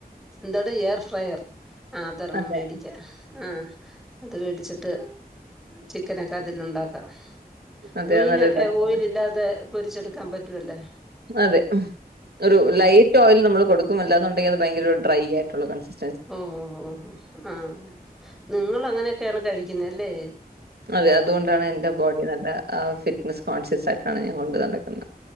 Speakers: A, in the centre; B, on the right (about 80°).
A: ന്താത് എയർ ഫ്രയർ. ആഹ് അതൊരെണ്ണം
B: അതെ
A: വേടിക്കാ. ആഹ് അത് വേടിച്ചിട്ട് ചിക്കനൊക്കെ അതിലുണ്ടാക്കാം.
B: അതെ
A: മീനൊക്കെ
B: അത് നല്ലൊരു ആശയമാണ്.
A: ഓയിലില്ലാതെ പൊരിച്ചെടുക്കാൻ പറ്റുവല്ലെ?
B: അതെ. ഉം ഒരു ലൈറ്റോയിൽ നമ്മള് കൊടുക്കും. അല്ലാ ന്നുണ്ടെങ്കിൽ അത് ഭയങ്കരൊരു ഡ്രൈ ആയിട്ടുള്ള കൺസിസ്
A: ഓ ഓ ഓ ഹ് ആഹ് നിങ്ങള ങ്ങനെയൊക്കെയാണ് കഴിക്കുന്നെ അല്ലേ?
B: അതെ അതുകൊണ്ടാണ് എന്റെ ബോഡി നല്ല അ ഫിറ്റ്നസ് കോൺഷ്യസ് ആയിട്ടാണ് ഞാൻ കൊണ്ടു നടക്കുന്നത്.